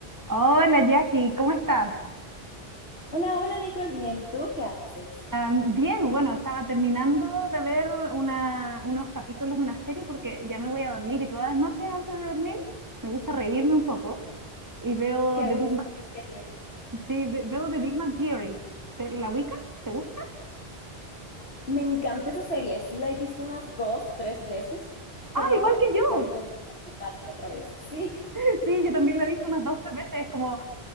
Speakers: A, on the right; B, on the left.
A: Hola Jackie, ¿cómo estás?
B: Hola, hola Nicole, bien. ¿Y tú qué haces?
A: Ah, bien, bueno, estaba terminando de ver una- unos capítulos de una serie porque ya me voy a dormir y todas las noches antes de dormir me gusta reírme un poco y veo
B: Qué
A: The
B: gusto,
A: Big Bang,
B: qué serie.
A: sí, ve- veo The Big Bang Theory. ¿Te, la ubicas? ¿Te gusta?
B: Me encanta esa serie. Sí, la he visto unas dos, tres veces, creo.
A: Ah, igual que yo.
B: Y ahorita yo la mitad otra vez. Sí,
A: <laughs> Sí, yo también la he visto unas dos, tres veces. Es como